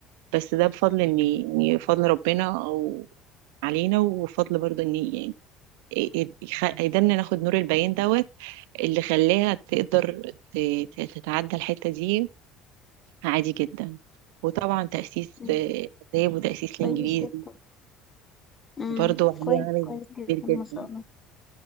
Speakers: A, on the right; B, on the left.
A: بس ده بفضل ان إن فضل ربنا او علينا وفضل برضو ان يعني يخ- يقدرنا ناخد نور البيان دوت اللي خلاها تقدر ت- ت- تتعدى الحتة دي عادي جدا وطبعا تأسيس
B: أمم،
A: آه، الآداب وتأسيس الإنجليزي
B: كويس جدا أمم،
A: برضو عليه
B: كويس
A: عامل
B: كويس جدا
A: كبير
B: ما
A: جدا
B: شاء الله